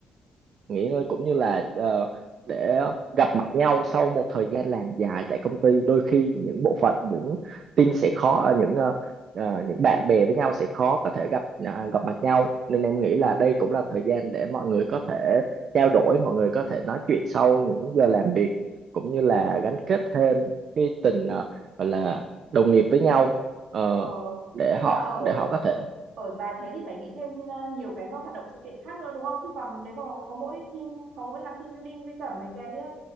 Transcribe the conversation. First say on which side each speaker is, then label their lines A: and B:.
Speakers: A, on the right; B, on the right.
A: nghỉ ngơi cũng như là ờ, để gặp mặt nhau sau một thời gian làm dài tại công ty đôi khi những bộ phận những team sẽ khó ờ, những ờ, ờ, những bạn bè với nhau sẽ khó có thể gặp à, gặp mặt nhau nên em nghĩ là đây cũng là thời gian để mọi người có thể trao đổi mọi người có thể nói chuyện sau những giờ làm việc cũng như là gắn kết thêm cái tình ờ, gọi là đồng nghiệp với nhau Ờ,
B: Ờ,
A: để
B: nhưng
A: họ
B: mà ở
A: để họ
B: ở
A: có thể
B: ở dài thế thì phải nghĩ thêm ờ, nhiều cái hoạt động sự kiện khác nữa đúng không? Chứ còn nếu mà có mỗi team có mỗi làm team building với cả mấy cái ờ,